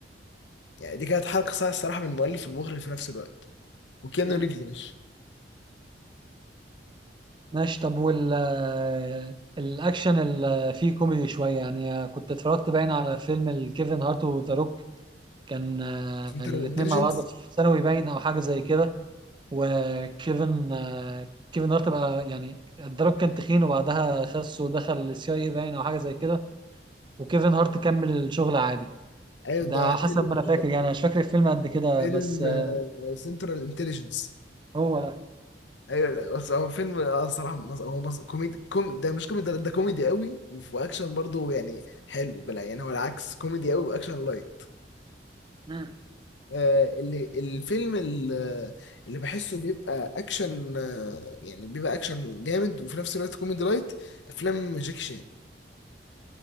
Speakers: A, on the left; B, on the right.
A: يعني دي كانت حركه صح الصراحه من المؤلف والمخرج في نفس الوقت وكيانو
B: مم.
A: ريفز يا باشا
B: ماشي طب وال آه، الأكشن اللي فيه كوميدي شوية يعني كنت اتفرجت باين على فيلم الكيفن هارت وذا روك كان آه،
A: سنترال
B: الاتنين
A: انتليجنس
B: مع بعض في ثانوي باين أو حاجة زي كده وكيفن آه، كيفن هارت بقى يعني ذا روك كان تخين وبعدها خس ودخل السي اي باين أو حاجة زي كده وكيفن هارت كمل شغل عادي
A: ايوه
B: ده
A: ده
B: حسب
A: فيلم
B: ما أنا فاكر يعني مش فاكر الفيلم قد كده
A: فيلم
B: بس آه،
A: سنترال انتليجنس
B: هو ده
A: ايوه لا بس هو فيلم اه صراحه مص... هو مص... كوميدي كوم... ده مش كوميدي ده ده كوميدي قوي وفي اكشن برضه يعني حلو بلا يعني هو العكس كوميدي قوي واكشن لايت
B: مم.
A: آه اللي الفيلم اللي, اللي بحسه بيبقى اكشن آه يعني بيبقى اكشن جامد وفي نفس الوقت كوميدي لايت افلام جاكي شان